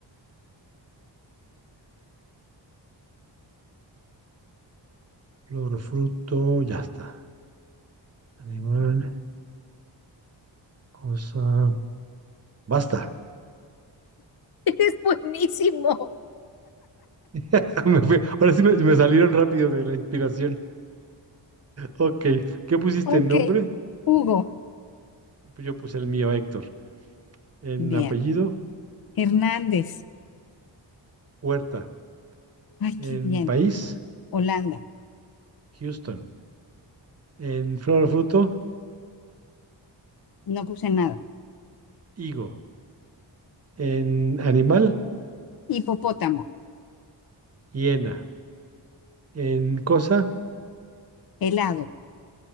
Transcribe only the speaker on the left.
Eres buenísimo.
Ok.
Hugo.
Bien.
Hernández.
Ay, qué
bien.
Holanda.
No puse nada.
Hipopótamo.
Helado.